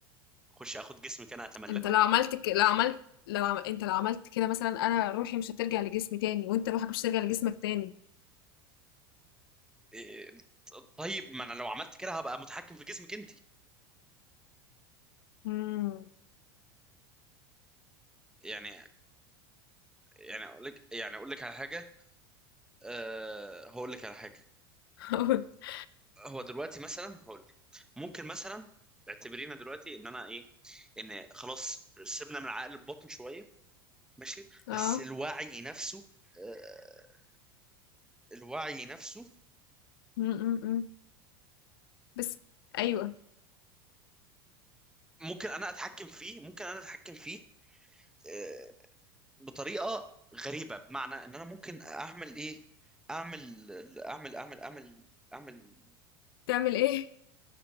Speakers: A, in the centre; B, on the left.
A: اخش اخد جسمك انا اتملكه
B: انت لو عملت ك... لو عملت لو عم... انت لو عملت كده مثلا انا روحي مش هترجع لجسمي تاني وانت روحك مش هترجع لجسمك تاني
A: إيه ط- طيب ما انا لو عملت كده هبقى متحكم في جسمك انت
B: امم
A: يعني يعني اقول لك يعني اقول لك على حاجة أه هقول لك على حاجة
B: <laughs>
A: هو دلوقتي مثلا هقول لك ممكن مثلا اعتبرينا دلوقتي ان انا ايه ان خلاص سيبنا من عقل الباطن شوية ماشي
B: اه
A: بس الوعي نفسه آه، الوعي نفسه
B: امم بس ايوه
A: ممكن انا اتحكم فيه ممكن انا اتحكم فيه آه، بطريقه غريبه بمعنى ان انا ممكن اعمل ايه اعمل اعمل اعمل اعمل اعمل
B: تعمل ايه